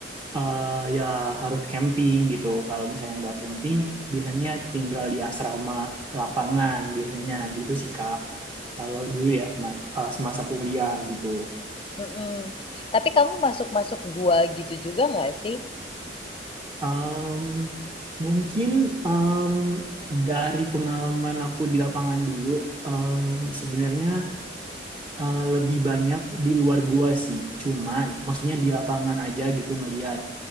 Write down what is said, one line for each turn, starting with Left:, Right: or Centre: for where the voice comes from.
Right: eh ya harus camping gitu. Kalau misalnya nggak camping, biasanya tinggal di asrama lapangan biasanya gitu sih Kak. Kalau dulu ya sema- eh, semasa kuliah gitu.
Left: Mm-mm. Tapi kamu masuk-masuk gua gitu juga nggak sih?
Right: Em, mungkin em, dari pengalaman aku di lapangan dulu, em, sebenarnya eh, lebih banyak di luar gua sih. Cuman maksudnya di lapangan aja gitu ngelihat.